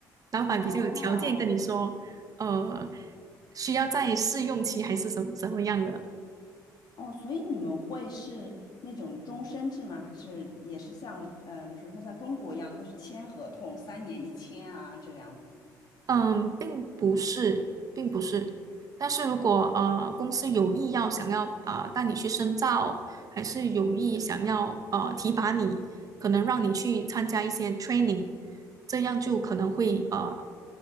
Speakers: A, on the right; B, on the left.
A: 老板比较有条件跟你说，
B: 哦，
A: 呃，需要在试用期还是什么怎么样的，
B: 哦，所以你们会是那种终身制吗？还是也是像嗯、比如说像中国一样，它是签合同，三年一签啊这样子？
A: 嗯，并不是，并不是。但是如果呃公司有意要想要啊、呃带你去深造，还是有意想要呃提拔你，可能让你去参加一些 training，这样就可能会呃